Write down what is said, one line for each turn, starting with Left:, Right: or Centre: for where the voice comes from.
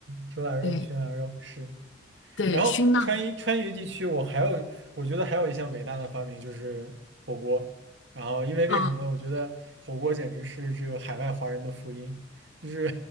Right: 煮腊肉，
Left: 对
Right: 熏腊肉是。
Left: 对，
Right: 然后川渝川渝地区，
Left: 熏腊
Right: 我还有我觉得还有一项伟大的发明就是火锅。然后因为为什么呢？
Left: 肉啊，
Right: 我觉得火锅简直是这个海外华人的福音，就是